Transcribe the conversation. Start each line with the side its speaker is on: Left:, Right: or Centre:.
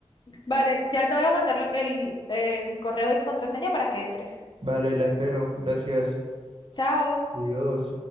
Left: Vale, ya te voy a mandar lo- el, eh, mi correo y mi contraseña para que entres.
Right: Vale, la espero. Gracias.
Left: Chao.
Right: Adiós.